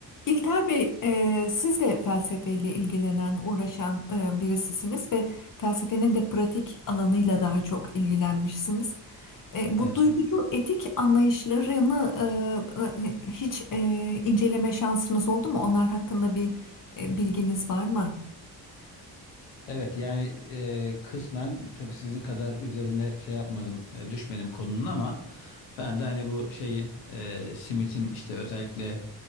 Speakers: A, on the left; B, on the left.
A: İlter Bey, e, siz de felsefeyle ilgilenen, uğraşan e, birisisiniz ve felsefenin de pratik alanıyla daha çok ilgilenmişsiniz. E, bu
B: Evet
A: duygucu
B: hocam.
A: etik anlayışlarını e, e, hiç e, inceleme şansınız oldu mu? Onlar hakkında bir e, bilginiz var mı?
B: Evet yani e, kısmen tabii sizin kadar üzerinde şey yapmadım e, düşmedim konunun ama ben de hani bu şeyi e, Smith'in işte özellikle